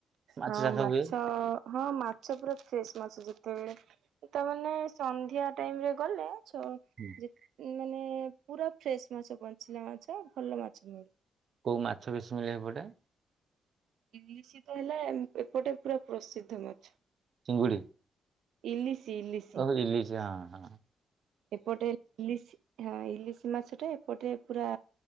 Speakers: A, on the right (about 40°); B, on the right (about 75°).
A: ମାଛ
B: ହଁ
A: ଚାଷ
B: ମାଛ
A: ହୁଏ
B: ହଁ ମା ସେ ପୁରା ଫ୍ରେଶ୍ ମାଛ ଯେତେବେଳେ। ତା ମାନେ ସନ୍ଧ୍ୟା ଟାଇମରେ ଗଲେ ସେ
A: <inaudible>
B: ଏ ମାନେ ପୁରା ଫ୍ରେଶ ମାଛ। ବଞ୍ଚିଲା ମାଛ। ଭଲ ମାଛ
A: କୋଉ ମାଛ ବେଶୀ ମିଳେ ଏପଟେ?
B: ଇଲିସି ତ ହେଲା ଏପଟେ ପୁରା ପ୍ରସିଦ୍ଧ ମାଛ।
A: ଚୁଙ୍ଗୁଡ଼ି।
B: ଇଲିସି ଇଲିସି।
A: ଓହୋ ଇଲିସି ହାଁ ହାଁ।
B: ଏପଟେ ଇଲିସି ହଁ ଇଲିସି ମାଛଟା ଏପଟେ ପୁରା।